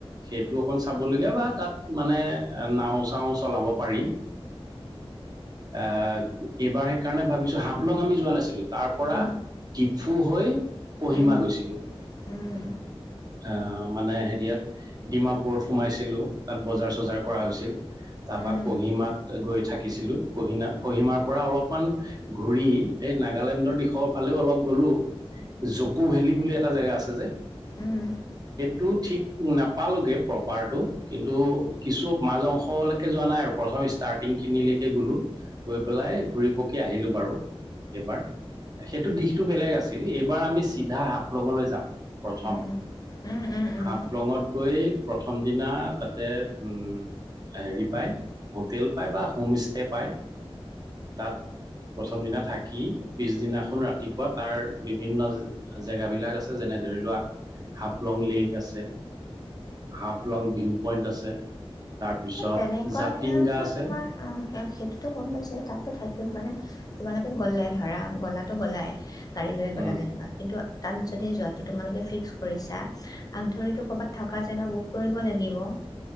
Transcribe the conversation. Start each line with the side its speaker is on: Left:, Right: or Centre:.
Right: সেইটো অকণ চাবলগীয়া বা তাত মানে নাও চাও চলাব পাৰি। আহ এইবাৰ সেইকাৰণে ভাবিছো হাফলং আমি যোৱা নাছিলো তাৰ পৰা।
Left: উম
Right: ডিফু হৈ কহিমা
Left: উম
Right: গৈছিলোঁ।
Left: উম
Right: আহ মানে হেৰিয়াত। ডিমাপুৰত সোমাইছিলো তাত বজাৰ চজাৰ কৰা হৈছিল। তাৰপা
Left: সেই
Right: কহিমাত গৈ থাকিছিলো। কহিনা কহিমাৰ পৰা অলপমান ঘূৰি এই নাগালেণ্ডৰ দিশৰ ফালেও অলপ গ'লো। জকু ভেলী বুলি এটা জেগা আছে যে।
Left: উম।
Right: টু থ্ৰী উ নাপালোগে প্ৰপাৰটো কিন্তু কিছু মাজ অংশলৈকে যোৱা নাই আৰু প্ৰথম ষ্টাৰ্টিং খিনিলকে গলো গৈ পেলাই ঘুৰি পকি আহিলো বাৰু এইবাৰ সেইটো দি। টো বেলেগ আছিল এইবাৰ আমি চিধা হাপলঙলৈ যাম। প্ৰথম
Left: উম উম উম উম।
Right: হাফলঙত গৈ প্ৰথম দিনা তাতে উ। হেৰি পায় হোটেল পায় বা হোম ষ্টে পায় তাত প্ৰথম দিনা থাকি পিছদিনাখন ৰাতিপুৱা তাৰ বিভিন্ন জেগাবলাক আছে যেনে। ধৰি লোৱা। হাফলং লেক আছে হাফলং ভিউ পইণ্ট আছে। তাৰপিছত
Left: তেনেকুৱা
Right: জাতিংগা
Left: বিলাকো
Right: আছে।
Left: তোমাৰ অ সেইটোতো গম পাইছে তাতো থাকিম মানে। তোমালোকে গ'লে ধৰা গ'লাো গ'লাই গাড়ী লৈ গ'লা
Right: উম।
Left: যেনিবা কিন্তু। তাত যদি যোৱাটো তোমালোকে ফিক্স কৰিছা আগ ধৰিতো ক'ৰবাত থকা জেগা বুক কৰিব লাগিব। <inaudible>